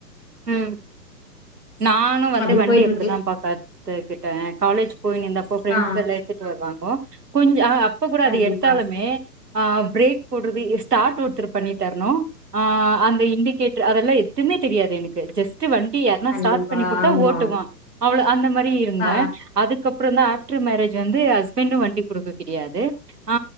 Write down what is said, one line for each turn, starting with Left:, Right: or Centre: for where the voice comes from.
Right: ம் நானு வந்து
Left: அப்டியே
Right: வண்டி
Left: போயிட்டு
Right: எப்டிதா
Left: இருக்கு
Right: பாக்காத் துக்கிட்டே காலேஜ் போயினுந்தப்போ ஃபிரெண்ட்ஸ்
Left: ஆ
Right: எல்லா எடுத்துட்டு வருவாங்கோ கொஞ் ஆ அப் இப்ப கூட
Left: கண்டிப்பா
Right: அது எடுத்தாலுமே ஆ பிரேக் போடுறது எ ஸ்டார்ட் ஒருத்தர் பண்ணி தரணு ஆ அந்த இண்டிகேட்டர் அதெல்லா எதுவுமே தெரியாது எனுக் க ஜஸ்ட்டு வண்டி யார்னா
Left: கண்டிப்பா
Right: ஸ்டார்ட் பண்ணி குடுத்தா
Left: ஆமா
Right: ஓட்டுவா அவ்ளோ அந்த மாரி இருந்தே
Left: ஆ
Right: அதுக்கப்றோ தா ஆப்டர் மேரேஜ் வந்து ஹஸ்பண்ட்டு வண்டி குடுக்க கிடையாது ஆ